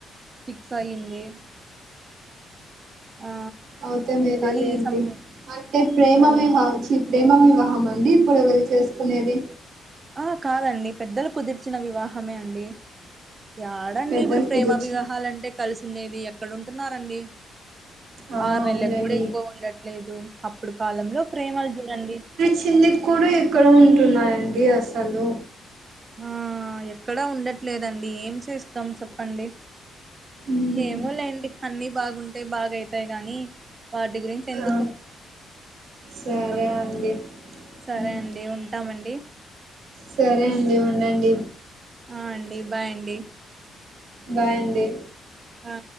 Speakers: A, on the right; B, on the right.
A: ఫిక్స్ అయింది ఆ
B: అవుతే మేలే
A: కానీ
B: లేండి
A: ఈ సమ
B: అంటే ప్రేమమే
A: ఆ
B: మావొచ్చి ప్రేమ వివాహమా అండి ఇప్పుడు చేసుకునేది
A: ఆ కాదండి పెద్దలు కుదిర్చిన వివాహమే అండి యాడండి
B: పెద్దలు
A: ఇప్పుడు ప్రేమ
B: కుదిర్చి
A: వివాహాలు అంటే కలిసి ఉండేది ఎక్కడ ఉంటున్నారండి
B: ఆ
A: ఆరు
B: అవునులేండి
A: నెలలకు కూడా ఎక్కువ ఉండట్లేదు అప్పుడు కాలంలో ప్రేమలు చూడండి
B: చిందికి కూడా ఎక్కడ ఉంటున్నాయండి అసలు
A: ఆ ఎక్కడా ఉండట్లేదండి ఏం చేస్తాం చెప్పండి
B: ఉమ్
A: ఏమో లేండి అన్ని బాగుంటే బాగయితాయి గానీ వాటి గురించి ఎందుకు
B: ఆ సరే
A: ఇంక
B: అండి
A: సరే
B: ఉమ్
A: అండి ఉంటామండి
B: సరే అండి ఉండండి
A: ఆ అండి బాయ్ అండి
B: బాయ్ అండి
A: ఆ